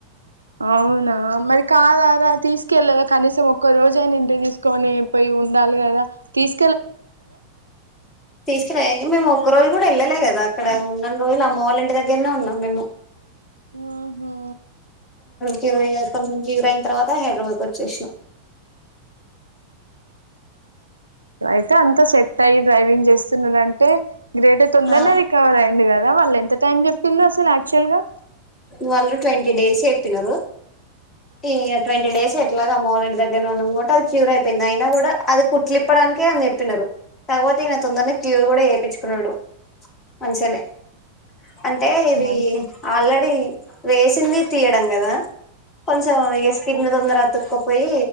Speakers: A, on the right; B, on the left.
A: అవునా మరి కాదారా తీసుకెళ్ళద కనీసం ఒక్క రోజయినా ఇంటి తీసుకొని పోయి ఉండాలి కదా తీస్
B: తీసుకెల్లా మేమ్ ఒక్కరోజ్ కూడా వెళ్ళలే కదా అక్కడ ఉన్న రోజులు అమ్మ వాళ్ళ ఇంటి దగ్గరనే ఉన్నాం మేము
A: ఆహా
B: క్యూరయ్యాయి కొంచెం క్యూర్ అయిన తర్వాత హైదరాబాద్ కి వచ్చేసినామ్
A: అయితే అంత సెట్ అయ్యి డ్రైవింగ్ చేస్తున్నడాంటే టే గ్రేట్ర్ తొందరనే
B: ఆ
A: రికవర్ అయి ఉండు కదా వాళ్ళు ఎంత టైం చెప్పిళు అసలు యాక్చువల్ గా
B: వాళ్ళు ట్వంటీ డేస్ చెప్పినారు ఈ ట్వంటీ డేస్ ఎ <inaudible> క్యూర్ అయిపోయింది అయినా కూడా అది కుట్లిప్పడానికే అని చెప్పినారు తకపోతే ఈయన తొందరనే క్యూ కూడా చేపిం నోడు మంచిగ నే అంటే ఇది
A: మంచి
B: ఆల్రెడీ వేసింది తీయడంగదా కొంచెం ఎస్ <unintelligible> తొందర తుక పోయి